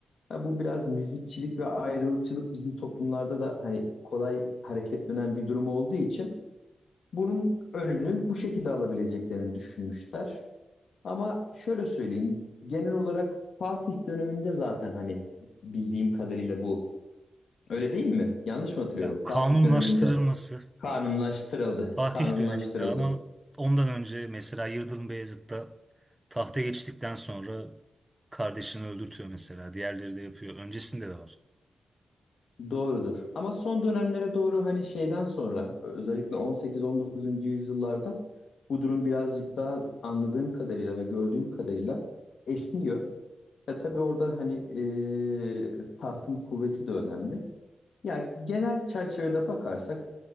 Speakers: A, on the left; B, on the right.
A: ha, bu biraz nizipçilik ve ayrılıkçılık bizim toplumlarda da hani kolay hareketlenen bir durum olduğu için bunun önünü bu şekilde alabileceklerini düşünmüşler. Ama şöyle söyleyeyim genel olarak Fatih döneminde zaten hani bildiğim kadarıyla bu Öyle değil mi? Yanlış mı hatırlıyorum?
B: Ya
A: Fatih
B: kanunlaştırılması
A: döneminde kanunlaştırıldı.
B: Fatih
A: Kanunlaştırıldı.
B: döneminde ama ondan önce mesela Yıldırım Beyazıt'ta tahta geçtikten sonra kardeşini öldürtüyor mesela. Diğerleri de yapıyor. Öncesinde de var.
A: Doğrudur. Ama son dönemlere doğru hani şeyden sonra özellikle 18-19. yüzyıllarda bu durum birazcık daha anladığım kadarıyla ve gördüğüm kadarıyla esniyor. Ya tabii orada hani eee, tahtın kuvveti de önemli. Ya genel çerçevede bakarsak